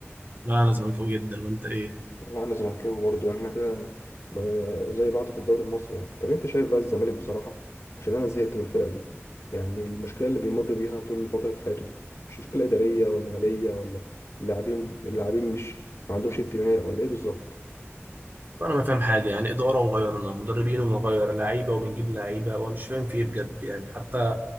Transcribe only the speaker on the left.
والله انا زملكاوي برضه يعني احنا كده ب- زي بعض في الدوري المصري يعني طب انت شايف بقى الزمالك بصراحه عشان انا زهقت من الفرقه دي يعني المشكله اللي بيمر بيها طول فتره حياته دي مش مشكله اداريه ولا ماليه ولا اللاعبين اللاعبين مش ما عندهمش انتماء ولا ايه بالظبط